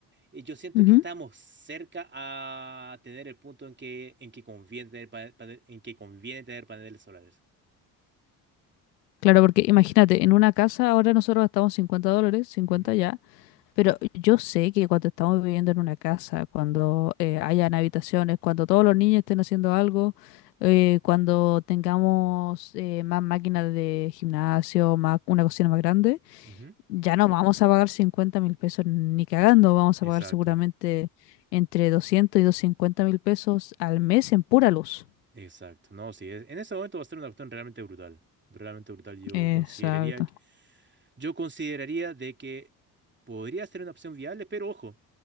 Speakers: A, on the right; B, on the left.
A: eh, yo siento
B: Ujú.
A: que estamos cerca a tener el punto en que, en que conviene tener pane- pane- en que conviene tener paneles solares.
B: Claro, porque imagínate, en una casa ahora nosotros gastamos 50 dólares, cincuenta
A: Ujú,
B: ya, Pero yo sé que cuando estamos viviendo en una casa, cuando eh, hayan habitaciones, cuando todos los niños estén haciendo algo, eh, cuando tengamos eh, más máquinas de gimnasio, más, una cocina más grande,
A: ujú.
B: ya no vamos a pagar 50 mil pesos ni cagando, vamos
A: Exacto,
B: a pagar seguramente entre 200 y 250 mil pesos al mes en pura luz.
A: exacto. No, sí, es- en ese momento va a ser una cuestión realmente brutal. Realmente brutal. Yo
B: Exacto.
A: consideraría, que- yo consideraría de que podría ser una opción viable, pero ojo.